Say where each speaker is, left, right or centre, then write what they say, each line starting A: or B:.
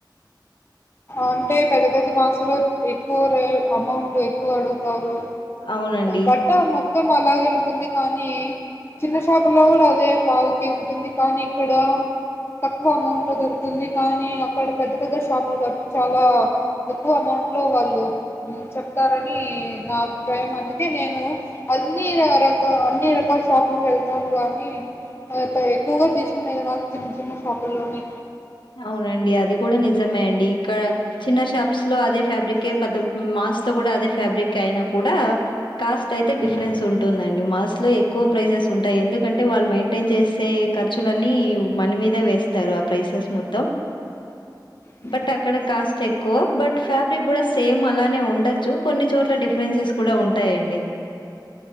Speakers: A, on the left (about 30°); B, on the left (about 80°).
A: అంటే పెద్ద పెద్ద మాల్స్ లో ఎక్కువ రే అమౌంట్ ఎక్కువ అడుగుతారు.
B: అవునండి.
A: బట్ట మొత్తం అలాగే ఉన్ టుంది కానీ చిన్న
B: అ
A: షాపుల్లో కూడ అదే క్వాలిటీ ఉంటుంది కానీ ఇక్కడ తక్కువ అమౌంట్ లో దొరుతుంది, కానీ అక్కడ పెద్ద పెద్ద షాపులు క. చాలా ఎక్కువ అమౌంట్లో వాళ్ళు చెప్తారని నా అభిప్రాయం, అందుకే నేను అన్ని రక అన్ని రకాల షాపులకు వెళ్తాను కానీ ఎక్కువగా తీసుకునేది నాకు చిన్న చిన్న షాపుల్లోనే.
B: అవునండి అది కూడా నిజమే అండి ఇక్కడ చిన్న షాప్ ప్స్ లో అదే ఫ్యాబ్రిక్ పెద్ద మాల్స్ లో కూడా అదే ఫ్యాబ్రిక్ అయినా కూడా కాస్ట్ అయితే డిఫరెన్స్
A: హ్మ్.
B: ఉంటుందండి. మాల్స్ లో ఎక్కువ ప్రైసెస్ ఉంటాయి, ఎందుకంటే వాళ్ళు మెయింటైన్ చేసే ఖర్చులన్నీ మన మీదే వేస్తారు ఆ ప్రైసెస్ మొత్తం. త్తం
A: హ్మ్.
B: బట్ అక్కడ కాస్ట్ ఎ కో బట్ ఫ్యాబ్రిక్ కూడా సేమ్ అలానే ఉండచ్చు కొన్ని చోట్ల డిఫరెన్సెస్ కూడా ఉంటాయండి.